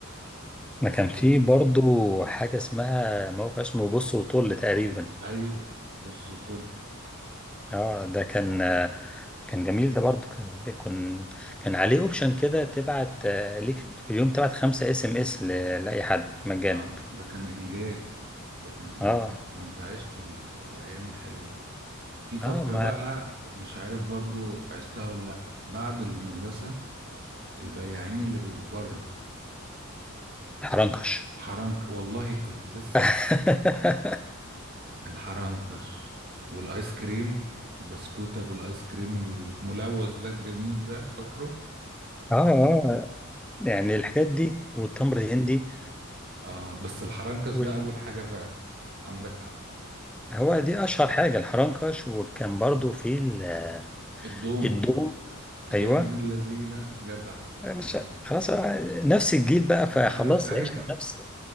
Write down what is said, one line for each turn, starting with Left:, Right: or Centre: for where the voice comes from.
Centre: ما
Right: بس
Centre: كان
Right: كنت-
Centre: في برضو حاجة اسمها موقع اسمه بص وطل تقريبا
Right: ايوه بص وطل
Centre: اه ده كان آه، كان جميل ده برضو كان بيكون كان عليه اوبشن كده تبعت آه، ليك في اليوم تبعت خمسة اس ام اس لأي حد مجانا
Right: اه ده كان انجاز ده كان انجاز
Centre: اه
Right: ده انت عشت ال... الايام الحلوه دي في فقره
Centre: اه ما
Right: بقى مش عارف برضو عشتها ولا لا بعد المدرسه البياعين اللي بيبقوا بره
Centre: حرنكش
Right: حرنك والله كنت لسه
Centre: <laughs>
Right: هقول الحرنكش والايس كريم البسكوته بالايس كريم الملوث ده الجميل ده فاكره
Centre: اه اه يعني الحاجات دي والتمر الهندي
Right: آه بس الحرنكش
Centre: وال...
Right: ده أول حاجة فعلا عندك حق
Centre: هو دي اشهر حاجة الحرنكش وكان برضو في ال- آه،
Right: الدوم
Centre: الدوم
Right: يا
Centre: ايوه
Right: ابن اللذينة جدع
Centre: مش
Right: أيوة.
Centre: خلاص هو نفس الجيل بقى فخلاص
Right: احنا <laughs>
Centre: عشنا
Right: أيوه
Centre: نفس